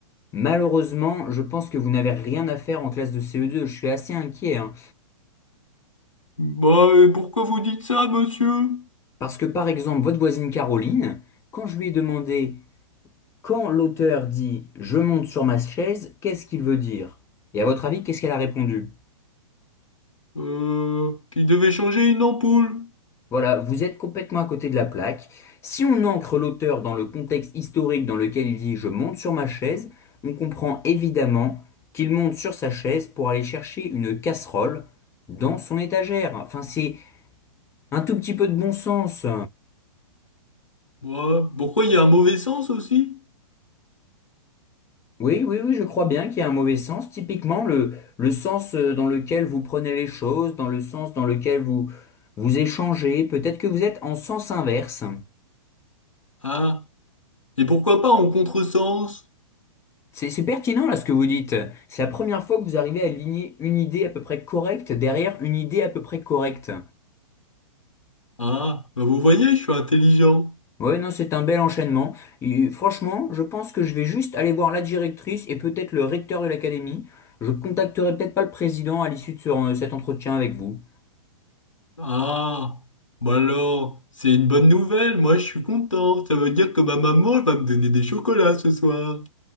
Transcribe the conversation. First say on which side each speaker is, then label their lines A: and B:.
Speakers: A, on the left; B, on the left.
A: malheureusement, je pense que vous n'avez rien à faire en classe de CE2. Je suis assez inquiet, hein.
B: Bah, et pourquoi vous dites ça, monsieur?
A: Parce que par exemple, votre voisine Caroline, quand je lui ai demandé quand l'auteur dit je monte sur ma chaise, qu'est-ce qu'il veut dire? Et à votre avis, qu'est-ce qu'elle a répondu?
B: Euh, qui devait changer une ampoule.
A: Voilà, vous êtes complètement à côté de la plaque. Si on ancre l'auteur dans le contexte historique dans lequel il dit je monte sur ma chaise, on comprend évidemment qu'il monte sur sa chaise pour aller chercher une casserole dans son étagère. Enfin, c'est un tout petit peu de bon sens.
B: Ouais. Pourquoi il y a un mauvais sens aussi?
A: Oui, oui, oui, je crois bien qu'il y a un mauvais sens. Typiquement, le, le sens euh, dans lequel vous prenez les choses, dans le sens dans lequel vous vous échangez, peut-être que vous êtes en sens inverse.
B: Ah, et pourquoi pas en contresens?
A: C'est, c'est pertinent là ce que vous dites. C'est la première fois que vous arrivez à aligner une idée à peu près correcte derrière une idée à peu près correcte.
B: Ah, bah vous voyez, je suis intelligent.
A: Ouais, non, c'est un bel enchaînement. Et, euh, franchement, je pense que je vais juste aller voir la directrice et peut-être le recteur de l'académie. Je contacterai peut-être pas le président à l'issue de ce- euh, cet entretien avec vous.
B: Ah, bah alors, c'est une bonne nouvelle, moi je suis content. Ça veut dire que ma maman elle va me donner des chocolats ce soir.